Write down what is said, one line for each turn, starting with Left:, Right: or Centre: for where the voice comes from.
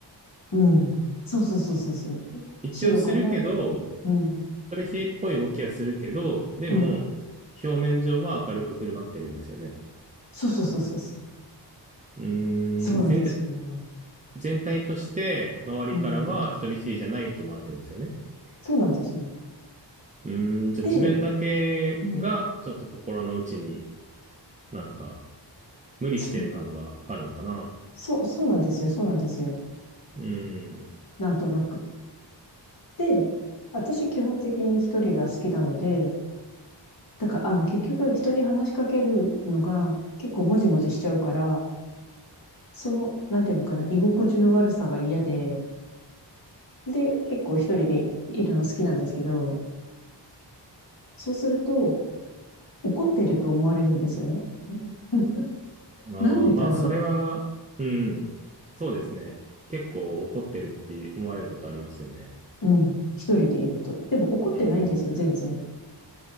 Left: うん。そうそうそうそうそう。
Right: い一応するけど、
Left: しようかなって。うん。
Right: 人見知りっぽい動きはするけど、でも、
Left: うん。
Right: 表面上は明るく振る舞ってるんですよね。
Left: そうそうそうそうそう。
Right: うーん、
Left: そうなんですよ。
Right: で、全体、全体として周りからは人見知りじゃないと思われてるんですよね。
Left: うん。そうなんですよ。
Right: うーん、じゃあ自分だけがちょっと心の内に
Left: で、うん。
Right: なんか無理してる感があるのかな。
Left: そう、そう、そうなんですよ。そうなんですよ。
Right: うー
Left: なんとなく。で、私基本的に一人が好きなので、だから、あの、結局人に話しかけるのが結構もじもじしちゃうから、その、なんていうのかな、居心地の悪さが嫌で、で、結構一人でいるの好きなんですけど、そうすると、怒ってると思われるんですよね。<laughs> うん
Right: ん、ああ、
Left: なんでだろ
Right: まあそれは、うん、そうですね。結構怒ってるって思われることありますよね。
Left: う。うん。一人でいると。でも怒ってないんですよ、
Right: うん
Left: 全然。